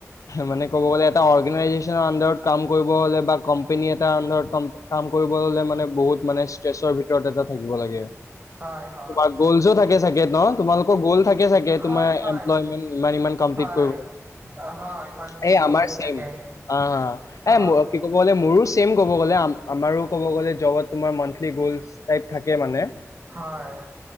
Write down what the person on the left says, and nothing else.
মানে কব গলে এটা অৰ্গেনাইজেনৰাৰত আন্দাৰত কাম কৰি কৰিব হ বা কম্পেনী এাৰ অন কাম কৰিব ললে মানে বহুত মানে ষ্ট্ৰেছৰ ভিতৰত এটা থাকিব লাগে
তোমাৰ গ'লছো থাকে চাগে ন তোমালোকৰ গ'ল থাকে চাগে
তোমাৰ
লাগ
এই
আমাৰ
অ', এ
কি কব বলে মোৰো চছেম কব গ আমাৰো ক'ব গ'লে জবত তোমাৰ মানলি গ'ল প থাকে মানে